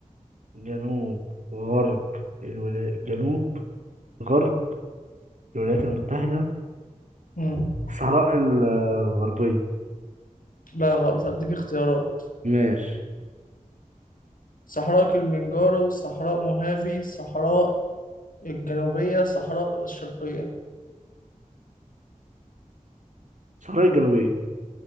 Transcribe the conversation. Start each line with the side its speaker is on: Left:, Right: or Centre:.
Right: جنوب غرب الولايات جنوب غرب الولايات المتحدة
Left: مم.
Right: الصحراء الغربية
Left: لا غلط هديك اختيارات
Right: ماشي
Left: صحراء كلمنجارو صحراء موهافي صحراء الجنوبية صحراء الشرقية
Right: الصحراء الجنوبية